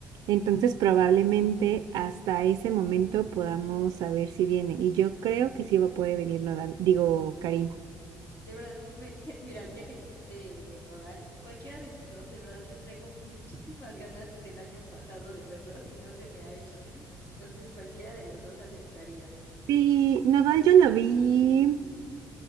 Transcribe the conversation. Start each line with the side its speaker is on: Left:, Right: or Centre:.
Right: Entonces, probablemente hasta ese momento podamos saber si viene. Y yo creo que sí va a poder venir Nodal, digo, Karim.
Left: de verdad, güey, ya- mira, ya que dijiste Nodal, cualquiera de esos dos, de verdad le traigo muchísimas ganas desde el año pasado de verlos y no se me ha hecho. Entonces, cualquiera de los dos aceptaría.
Right: Sí, Nodal yo lo vi,